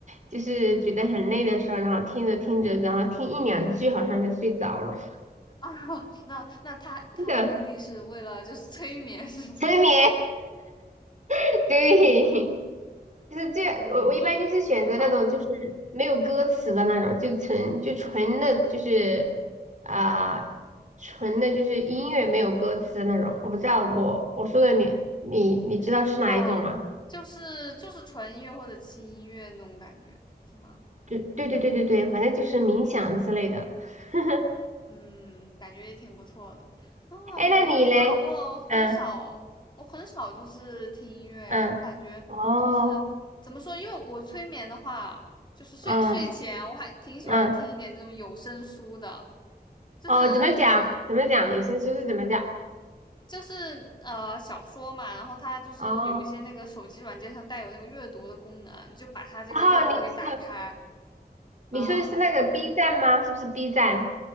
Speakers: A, on the right; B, on the left.
A: 就是觉得很累的时候，然后听着听着，然后听一两句，好像就睡着了，
B: 啊，那那他他的目的是为了就是
A: 真的
B: <laughs> 催眠是吧？
A: 沉眠。<laughs>
B: <laughs>
A: 对，
B: 嗯
A: 就是这，
B: 嗯，
A: 我我一般就是选择那种就是没有歌词的那种，
B: 也挺好的
A: 就纯就纯的，就是啊、纯的就是音乐没有歌词的那种。我不知道我我说的你你你知道是哪一种吗？
B: 哦，就是就是纯音乐或者轻音乐那种感觉是吗？
A: 对对对对对对，反正就是冥想之类的。<laughs>
B: 嗯，感觉也挺不错的。啊，
A: 哎，
B: 我的话，
A: 那你嘞？
B: 我很少，
A: 嗯
B: 我很少就是听音乐，
A: 嗯，
B: 我感觉就是怎么说，
A: 哦，
B: 因为我催眠的话，就是睡睡前我还挺喜欢听一点那种有声书的，
A: 嗯嗯，
B: 就是
A: 哦，怎么讲？怎么讲？有声书是怎么讲？
B: 就是呃小说嘛，然后它就是有一些那个手机软件上带有那个阅读的功能，
A: 哦
B: 就把它这个阅读给打开，
A: 哦，你是你说的是那个
B: 嗯。
A: B 站吗？是不是 B 站？